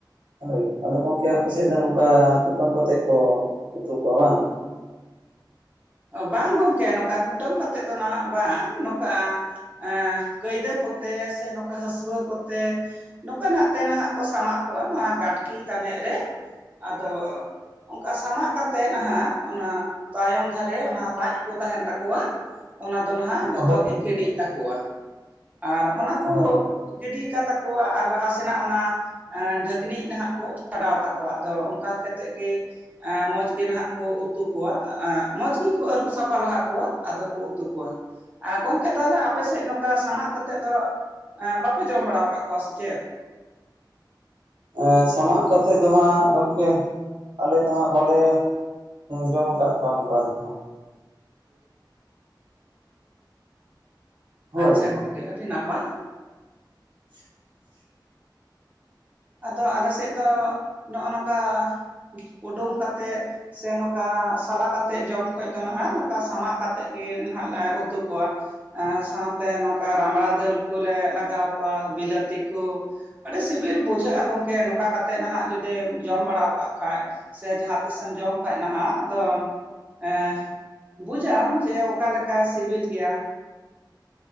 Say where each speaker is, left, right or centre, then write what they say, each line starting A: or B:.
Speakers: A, on the right (about 85°); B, on the right (about 20°).
A: ᱦᱳᱭ ᱟᱫᱚ ᱜᱚᱢᱠᱮ ᱟᱯᱮ ᱥᱮᱫ ᱫᱚ ᱱᱚᱝᱠᱟ ᱠᱩᱴᱟᱹᱢ ᱠᱟᱛᱮᱜ ᱠᱚ ᱩᱛᱩ ᱠᱚᱣᱟ ᱵᱟᱝ
B: ᱵᱟᱝ ᱜᱚᱢᱠᱮ ᱱᱚᱝᱠᱟ ᱠᱩᱴᱟᱹᱢ ᱠᱟᱛᱮᱜ ᱫᱚ ᱱᱟᱦᱟᱜ ᱵᱟᱝ ᱱᱚᱝᱠᱟ ᱮ ᱠᱟᱹᱭᱫᱟᱹ ᱠᱚᱛᱮ ᱥᱮ ᱱᱚᱝᱠᱟ ᱦᱟᱹᱥᱣᱟᱹ ᱠᱚᱛᱮ ᱱᱚᱝᱠᱟᱱᱟᱜ ᱛᱮ ᱱᱟᱦᱟᱜ ᱠᱚ ᱥᱟᱢᱟᱜ ᱠᱚᱣᱟ ᱱᱚᱣᱟ ᱜᱟᱴᱠᱤ ᱛᱟᱱᱤᱡ ᱨᱮ ᱟᱫᱚ ᱚᱝᱠᱟ ᱥᱟᱢᱟᱜ ᱠᱟᱛᱮᱫ ᱱᱟᱦᱟᱜ ᱚᱱᱟ ᱛᱟᱭᱚᱢ ᱫᱷᱟᱨᱮ ᱚᱱᱟ ᱞᱟᱡ ᱠᱚ ᱛᱟᱦᱮᱱ ᱛᱟᱠᱚᱣᱟ ᱚᱱᱟ ᱫᱚ ᱱᱟᱦᱟᱜ ᱡᱚᱛᱚ
A: ᱦᱳᱭ
B: ᱜᱮ ᱜᱤᱰᱤᱜ ᱛᱟᱠᱚᱣᱟ᱾ ᱟᱨ ᱚᱱᱟ ᱠᱚ
A: ᱦᱳᱭ
B: ᱜᱤᱰᱤ ᱠᱟᱛᱟ ᱠᱚᱣᱟ ᱟᱨ ᱞᱟᱦᱟ ᱥᱮᱱᱟᱜ ᱚᱱᱟ ᱮᱸ ᱰᱷᱟᱹᱠᱱᱤᱡ ᱱᱟᱦᱟᱜ ᱠᱚ ᱪᱷᱟᱰᱟᱣ ᱛᱟᱠᱚᱣᱟ ᱟᱫᱚ ᱚᱝᱠᱟ ᱠᱟᱛᱮᱜ ᱜᱮ ᱮᱸ ᱢᱚᱡᱽ ᱜᱮ ᱱᱟᱦᱟᱜ ᱠᱚ ᱩᱛᱩ ᱠᱚᱣᱟ, ᱮᱸ ᱢᱚᱸᱡᱽ ᱜᱤᱠᱚ ᱟᱹᱨᱩᱵ ᱥᱟᱯᱷᱟ ᱞᱟᱦᱟ ᱠᱚᱣᱟ ᱟᱫᱚ ᱠᱚ ᱩᱛᱩ ᱠᱚᱣᱟ᱾ ᱟᱨ ᱜᱚᱝᱠᱮ ᱛᱟᱦᱚᱞᱮ ᱟᱯᱮᱥᱮᱜ ᱱᱚᱝᱠᱟ ᱥᱟᱢᱟᱜ ᱠᱟᱛᱮᱜ ᱫᱚ ᱮᱸ ᱵᱟᱯᱮ ᱡᱚᱢ ᱵᱟᱲᱟ ᱟᱠᱟᱫ ᱠᱚᱣᱟ ᱥᱮ ᱪᱮᱫ?
A: ᱮᱸ ᱥᱟᱢᱟᱜ ᱠᱟᱛᱮᱜ ᱫᱚ ᱦᱟᱸᱜ ᱜᱚᱝᱠᱮ ᱟᱞᱮ ᱫᱚ ᱦᱟᱸᱜ ᱵᱟᱞᱮ ᱡᱚᱢ ᱟᱠᱟᱫ ᱠᱚᱣᱟ ᱱᱚᱝᱠᱟ ᱫᱚ ᱦᱟᱸᱜ᱾ ᱦᱳᱭ
B: ᱟᱪᱪᱷᱟ ᱜᱚᱝᱠᱮ ᱟᱹᱰᱤ ᱱᱟᱯᱟᱭ᱾
A: <inaudible>
B: ᱟᱫᱚ ᱟᱞᱮ ᱥᱮᱫ ᱫᱚ ᱱᱚᱜᱼᱚ ᱱᱚᱠᱟ ᱩᱰᱩᱝ ᱠᱟᱛᱮᱫ ᱥᱮ ᱱᱚᱠᱟ ᱥᱟᱞᱟ ᱠᱟᱛᱮᱜ ᱡᱚᱢ ᱠᱷᱚᱡ ᱫᱚ ᱱᱟᱦᱟᱜ ᱱᱚᱠᱟ ᱥᱟᱢᱟᱜ ᱠᱟᱛᱮᱫ ᱜᱮ ᱱᱟᱦᱟᱸᱜ ᱞᱮ ᱩᱛᱩ ᱠᱚᱣᱟ᱾ ᱟᱨ ᱥᱟᱶᱛᱮ ᱱᱚᱝᱠᱟ ᱨᱟᱢᱲᱟ ᱫᱟᱹᱞ ᱠᱚᱞᱮ ᱞᱟᱜᱟᱣ ᱠᱚᱣᱟ ᱵᱤᱞᱟᱹᱛᱤ ᱠᱚ ᱟᱹᱰᱤ ᱥᱤᱵᱤᱞ ᱵᱩᱡ ᱡᱷᱟᱹᱜᱼᱟ ᱜᱚᱝᱠᱮ ᱱᱚᱠᱟ ᱠᱟᱛᱮᱫ ᱱᱟᱦᱟᱜ ᱡᱩᱫᱤᱢ ᱡᱚᱢ ᱵᱟᱲᱟᱣ ᱠᱟᱜ ᱠᱷᱟᱡ᱾ ᱥᱮ ᱡᱟᱦᱟᱸ ᱛᱤᱥᱮᱢ ᱡᱚᱢ ᱠᱷᱟᱡ ᱱᱟᱦᱟᱜ ᱟᱫᱚ ᱮᱸ ᱵᱩᱡᱟᱢ ᱡᱮ ᱚᱠᱟᱞᱮᱠᱟ ᱥᱤᱵᱤᱞ ᱜᱮᱭᱟ?